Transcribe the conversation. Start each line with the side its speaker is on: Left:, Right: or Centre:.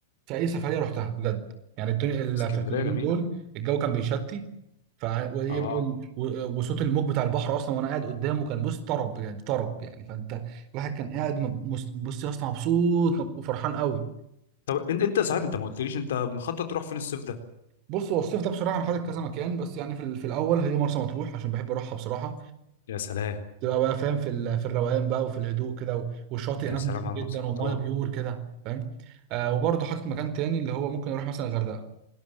Right: في اي سفريه رحتها بجد يعني الدنيا اللي
Left: اسكندريه
Right: في في اليومين
Left: جميله
Right: دول الجو كان بيشتي ف وإيه
Left: اه
Right: بقى ال- و- وصوت الموج بتاع البحر اصلا وانا قاعد قدامه كان بص طرب بجد طرب يعني فانت الواحد كان قاعد مب- مس- بص يا اسطى مبسوط مب- وفرحان قوي
Left: طب انت انت صحيح انت ما قلتليش انت مخطط تروح فين الصيف ده
Right: بص هو الصيف ده بصراحه انا حاطط كذا مكان بس يعني في, ال- في الاول هي مرسى مطروح عشان بحب اروحها بصراحه
Left: يا سلام
Right: تبقى بقى فاهم في ال- في الروقان بقى وفي الهدوء كده و- والشاطئ
Left: يا
Right: هناك
Left: سلام
Right: نضيف
Left: على
Right: جدا
Left: مرسى
Right: والميه
Left: مطروح
Right: بيور كده فاهم آه وبرضه حاطط مكان تاني اللي هو ممكن اروح مثلا الغردقه